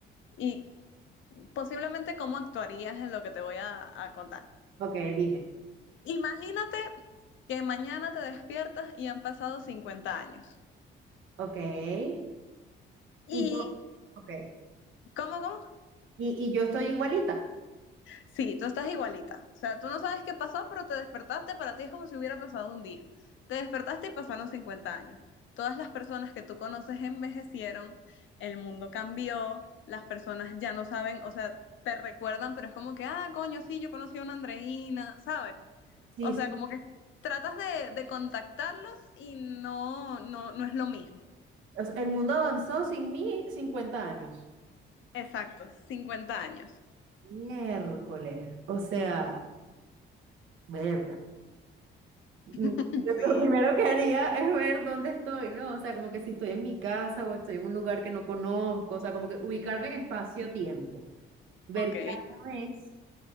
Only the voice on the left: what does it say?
y posiblemente cómo actuarías en lo que te voy a, a contar.
Imagínate que mañana te despiertas y han pasado 50 años.
¿Y
cómo, cómo?
Sí, tú estás igualita. O sea, tú no sabes qué pasó, pero te despertaste, para ti es como si hubiera pasado un día. Te despertaste y pasaron 50 años. Todas las personas que tú conoces envejecieron, el mundo cambió, las personas ya no saben, o sea, te recuerdan, pero es como que, ah, coño, sí, yo conocí a una Andreina, ¿sabes?
O sea,
como que tratas de, de contactarlos y no, no, no es lo mismo.
Exacto, cincuenta años.
<laughs>
Sí,
ok.